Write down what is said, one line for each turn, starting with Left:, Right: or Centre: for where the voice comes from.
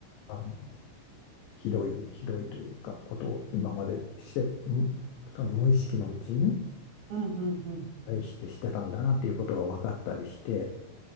Left: うあのひどいひどいというかことを今までして、むその無意識のうちに
Right: うん、うん。
Left: 対してしてたんだなっていうことが分かったりして。